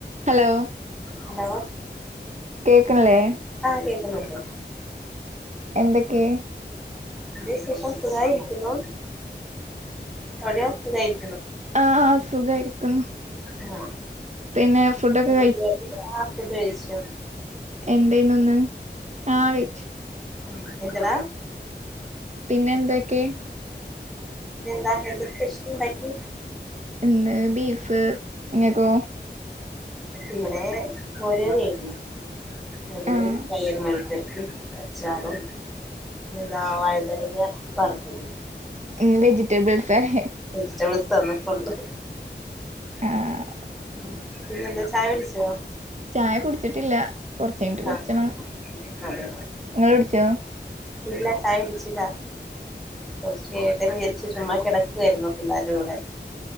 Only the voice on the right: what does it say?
hello
കേക്ക്ണ്ല്ലേ?
എന്തൊക്കെ
ആഹ് സുഖായിരിക്കുന്നു.
പിന്നെ ഫുഡൊക്കെ
എന്തെയ്ന്നു ന്ന് ആഹ് കഴിച്ചു.
ഇന്നെന്തൊക്കെ?
എന്ന് ബീഫ് ഇങ്ങക്കോ?
ആഹ്
ഇന്ന് വെജിറ്റേബിൾ സാഹെ
ആഹ്
ചായ കുടിച്ചിട്ടില്ല കൊറച്ചകഴിഞ്ഞെട്ട് കുടിച്ചണം
നിങ്ങ കുടിച്ചോ